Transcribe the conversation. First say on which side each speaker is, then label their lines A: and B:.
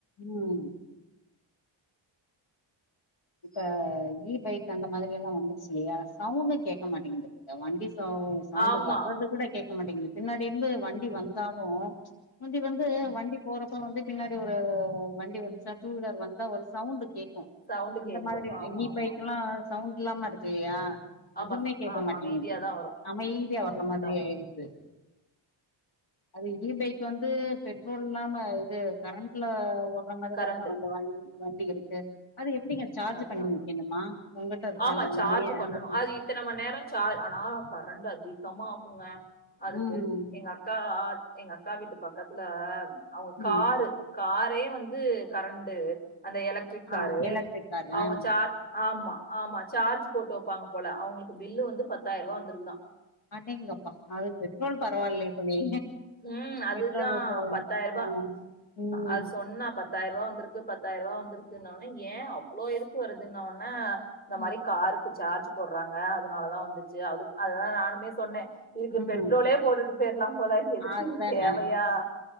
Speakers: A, on the left; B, on the left.
A: உம் இப்ப இ பைக் அந்த மாதிரி எல்லா வந்துருச்சுயில்லையா சவுண்ட கேட்க மாட்டேங்குது த வண்டி சவு சவுண்ட்
B: ஆமா
A: வர்றது கூட கேட்க மாட்டேங்குது பின்னாடி இருந்து வண்டி வந்தாலு
B: ம்
A: முந்தி வந்து
B: ம்
A: வண்டி போறப்ப வந்து பின்னாடி ஒரு வண்டி வந்துச்சா டூ வீலர் வந்தா ஒரு சவுண்ட் கேக்கு
B: சவுண்டு
A: அந்த
B: கேக்கு
A: மாதிரி
B: ஆமா
A: இ
B: ஆமா
A: பைக்கெல்லா
B: ஆமா
A: சவுண்ட் இல்லாம இருக்கில்லையா
B: ஆமா
A: எதுவுமே கேக்க
B: ஆமா
A: மாட்டேங்குது
B: அமைதியாதா வரு
A: அமைதியா வர்ற
B: உண்மதா
A: மாதிரி ஆயிடுது அது இ பைக் வந்து பெட்ரோல் இல்லாம இது கரண்ட்ல ஓ ட்ற மாதிரிதாங்க
B: கரண்டு
A: அந்த வண்டி வண்டி இருக்கு அது எப்படிங்க சார்ஜ்
B: அதா
A: பண்ணி வெக்கணுமா உங்கிட்ட இருக்க
B: ஆமா
A: அந்த வண்டியே
B: சார்ஜ் பண்ணணும்.
A: அந்த
B: அது இத்தன மண் நேர சா ஆனா கரண்ட் அதிகமா ஆகுங்க அதுக்கு
A: ம்
B: எங்க அக்கா எங்க அக்கா வீட்டு பக்கத்துல அவங்க காரு
A: ம்
B: காரே வந்து கரண்டு அந்த எலக்ட்ரிக் காரு
A: ஆ எலக்ட்ரிக் காரு
B: அவங்க
A: ஆ
B: சார் ஆமா ஆமா சார்ஜ் போட்டு வெப்பாங்க போல அவங்களுக்கு பில்லு வந்து பத்தாயிருவா வந்துருக்குதா
A: அடேங்கப்பா அது பெட்ரோல் பரவாயில்லையே தோழி
B: ம் அதுதா
A: பெட்ரோல் ஊத்தாத
B: பத் தாயிருபா
A: ஆ ம்
B: அது சொன்னா பத் தாயிருவா வந்திருக்கு பத்தாயிருவா வந்திருக்குனொனே ஏ அவ்ளோ எதுக்கு வருதுன்ன ஒன்ன இந்த
A: ம்
B: மாரி காருக்கு சார்ஜ் போடுறாங்க அதனாலதா வந்துச்சு அதுக்கு அதா நானுமே சொன்னே இதுக்கு
A: ம்
B: பெட்ரோலே போட்டுட்டு போயிர்லா போல எதுக்கு
A: அதான
B: இது தேவையா